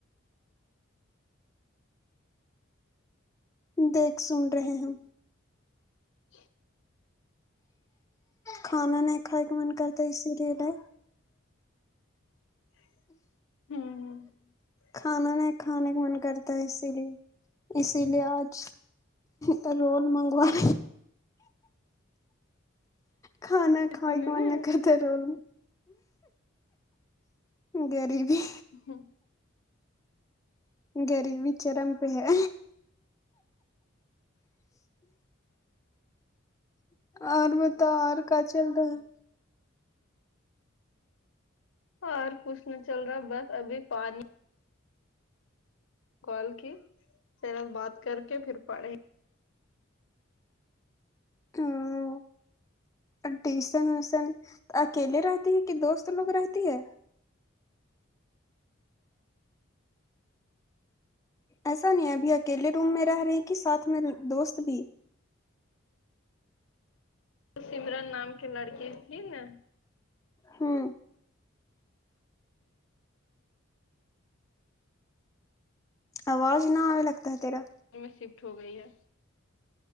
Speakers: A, on the left; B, on the left.
A: دیکھ سن رہے ہیں
B: جی
A: کھانا نہیں کھائے کا من کرتا اسی لیے ل
B: ہوں
A: کھانا نہیں کھانے کا من کرتا ہے اسی لیے اسی لیے آج تو رول منگوان کھانا کھائے
B: سنی
A: کے منع
B: نا
A: کر ول گریبی
B: ہاں
A: گریبی چرم پہ ہے اور بتاؤ اور کیا چل رہا ہے
B: اور کچھ نہیں چل رہا بس ابھی پانی کال کی س بات کر کے پھر پڑھے
A: تو ٹیوشن ویوسن اکیلے رہتی ہے کہ دوست لوگ رہتی ہے ایسا نہیں ابھی اکیلے روم میں رہ رہے کہ ساتھ میں دوست بھی
B: سمرن نام کے لڑکی تھی نا
A: ہاں آواز ن آ لگتا ہے تیرا
B: میں شفٹ ہو گئی ہے